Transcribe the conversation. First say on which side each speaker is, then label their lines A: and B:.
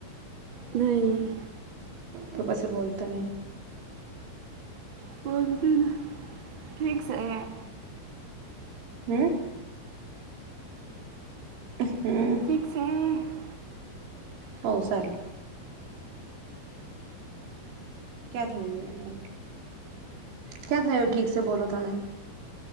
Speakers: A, on the right; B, on the right.
A: નહી.
B: તો કશું બોલતા નહી.
A: <unintelligible> ફિક્સ એ.
B: હમ હમ્મ.
A: <unintelligible>
B: હો સારું. ક્યાં થયું ક્યાં થયું ઠીક છે બોલો તમે?